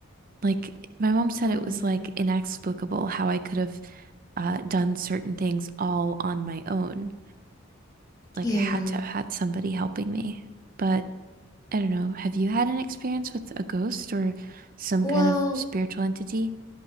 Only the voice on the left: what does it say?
Oh
man.
Yeah.
Well,